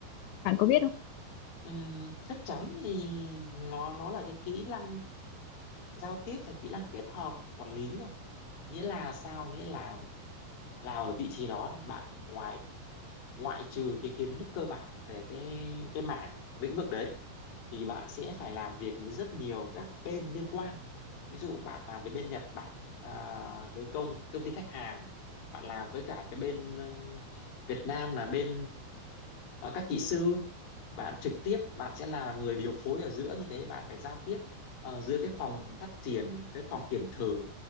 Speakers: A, on the left (about 80°); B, on the left (about 50°).
A: bạn có biết không
B: ừ, chắc chắn thì nó nó là cái kỹ năng giao tiếp và kỹ năng kết hợp quản lý rồi nghĩa là sao nghĩa là là ở vị trí đó thì bạn ngoài ngoại trừ cái kiến thức cơ bản về cái cái mảng lĩnh vực đấy thì bạn sẽ phải làm việc với rất nhiều các bên liên quan ví dụ bạn làm với bên Nhật Bản à, cái công công ty khách hàng bạn làm với cả cái bên ừm, Việt Nam là bên ờ, các kỹ sư bạn trực tiếp bạn sẽ là người điều phối ở giữa như thế bạn phải giao tiếp ờ, giữa cái phòng phát triển cái phòng kiểm thử